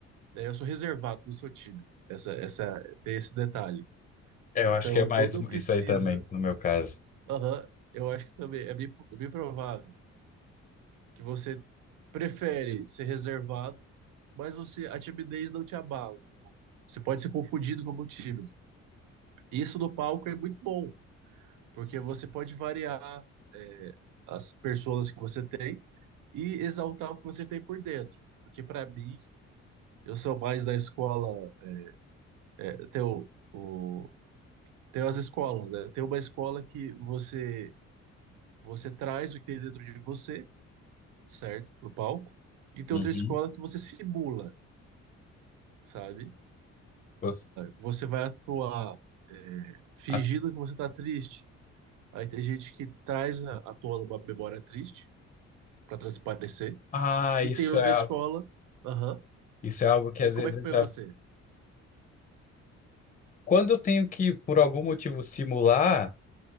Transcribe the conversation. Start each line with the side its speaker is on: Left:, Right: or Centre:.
Right: né? Eu sou reservado, não sou tímido. Essa, essa, tem esse detalhe.
Left: Eu
Right: Então,
Left: acho que é mais
Right: quando
Left: um-
Right: eu preciso,
Left: isso aí também, no meu caso.
Right: aham, eu acho que também é bem, po- bem provável que você prefere ser reservado, mas você, a timidez não te abala. Não. Você pode ser confundido como tímido. E Isso no palco é muito bom. porque você pode variar, é, as pessoas que você tem e exaltar o que você tem por dentro. Porque para mim, eu sou mais da escola, é, tem o, o- tem as escolas, né? Tem uma escola que você você traz o que tem dentro de você, certo? Pro palco. E tem
Left: Uhum.
Right: outra escola que você simula, sabe?
Left: Gost-
Right: Você vai atuar é, fingindo
Left: a-
Right: que você tá triste. Aí tem gente que traz a, à tona uma memória triste para transparecer.
Left: Ah,
Right: E
Left: isso
Right: tem outra
Left: é,
Right: escola.
Left: al-
Right: Aham,
Left: isso é algo que
Right: E
Left: às
Right: como
Left: vezes
Right: é que
Left: eu
Right: foi
Left: já.
Right: você?
Left: Quando eu tenho que, por algum motivo, simular,